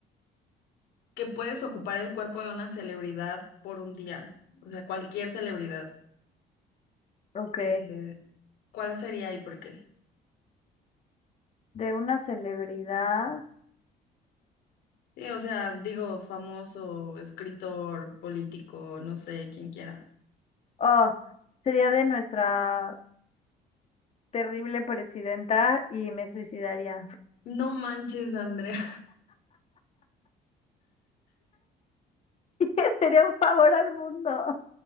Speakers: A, on the left; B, on the left.
A: que puedes ocupar el cuerpo de una celebridad por un día, o sea, cualquier celebridad.
B: Ok,
A: Eh, ¿cuál sería y por qué?
B: de una celebridad.
A: Sí, o sea, digo, famoso, escritor, político, no sé, quien quieras.
B: Oh, sería de nuestra terrible presidenta y me suicidaría.
A: No manches, Andrea.
B: <laughs> Sería un favor al mundo.